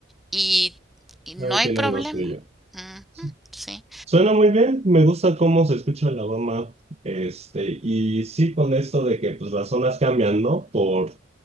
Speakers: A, in the centre; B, on the right.
A: y, y no
B: Cada
A: hay
B: quien
A: problema.
B: en lo suyo.
A: Ujú,
B: Sí.
A: sí,
B: Suena muy bien, me gusta cómo se escucha Alabama, este, y sí con esto de que pues las zonas cambian, ¿no? Por